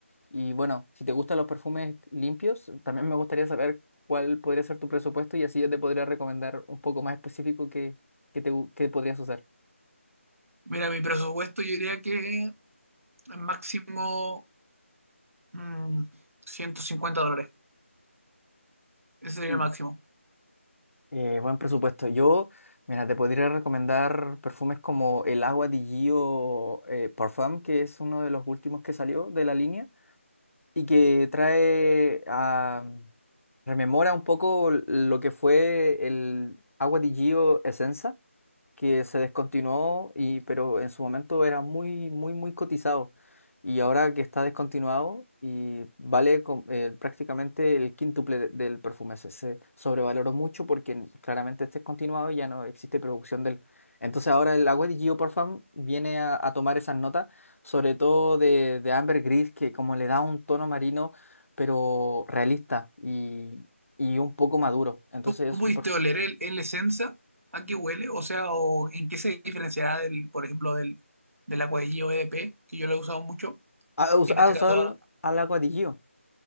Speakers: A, on the left; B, on the right.
A: Y bueno, si te gustan los perfumes limpios, también me gustaría saber cuál podría ser tu presupuesto y así yo te podría recomendar un poco más específico que, que, te, gu- que podrías usar.
B: Mira, mi presupuesto yo diría que máximo mm, 150 dólares. Ese sería
A: Mm.
B: el máximo.
A: Eh, buen presupuesto. Yo, mira, te podría recomendar perfumes como el Agua di Gio eh, Parfum, que es uno de los últimos que salió de la línea y que trae a... rememora un poco l- lo que fue el Agua di Gio Essenza que se descontinuó y pero en su momento era muy muy muy cotizado y ahora que está descontinuado y vale com- eh, prácticamente el quíntuple de- del perfume se, se sobrevaloró mucho porque n- claramente está descontinuado y ya no existe producción del entonces ahora el agua de Geoparfum viene a, a tomar esas notas sobre todo de, de ambergris que como le da un tono marino pero realista y, y un poco maduro entonces
B: ¿Tú pudiste
A: es un perf-
B: oler el, el esencia? ¿A qué huele? O sea, o ¿en qué se diferenciará del, por ejemplo, del, del agua de Gio EDP, que yo lo he usado mucho?
A: ¿Ha us-
B: Y en
A: ha
B: este
A: usado
B: caso
A: el,
B: ahora,
A: al agua de Gio?